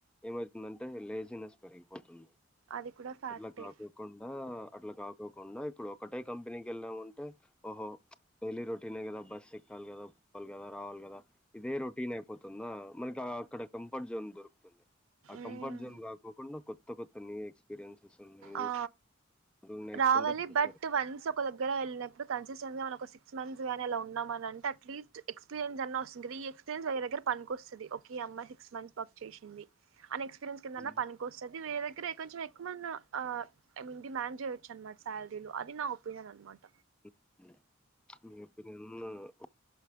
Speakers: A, in the centre; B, on the right.
A: ఏమైతుందంటే లేజీినెస్ పెరిగిపోతుంది
B: అది కూడా ఫ్యాక్టే
A: మల కాపు కాకుండా అట్లా కాకోకుండా ఇప్పుడు ఒకటే కంపెనీకి వెళ్ళాముంటే ఓహో డైలీ రొటీన్ే కదా బస్ ఎక్కాలి కదా ఒప్పాలి కదా రావాలి కదా ఇదే రొటీన్ పోతుందా మనకి అక్కడ కంఫర్ట్ జోన్ ఆ
B: మ్మ్
A: కంఫర్ట్ జోన్ కాకుండా కొత్త కొత్త ఎక్స్పీరియన్సెస్ ఉన్నా
B: ఆ
A: అ నేర్చుకుంటేారు
B: రావాలి బట్ వన్స్ ఒక దగ్గర వెళ్ళినప్పుడు కాన్సిస్టెన్సీ మన సిక్స్ంత్స్ గా ఎలా ఉన్నా అంటే అట్లీస్ట్ ఎక్పీరియన్స్ అన్నా వస్తుంది కద ఈ ఎక్పీరియన్స్ వ దగ్గర పనికి వస్తు ఈ అమ్మ సిక్స్ మంత్స్ వర్క్ చేసింది అని ఎక్స్పీరియన్స్ కిందన్నా
A: హ్మ్.
B: పనికి వస్తుంది వీ దగ్గర కొంచెం ఎక్కు మంది ఐ మీన్ దది మ్యాన్జ చేయచ్చు అనమాట సాలరీలు అది నా ఒపీనియన్ అన్నమాట
A: ప అన్న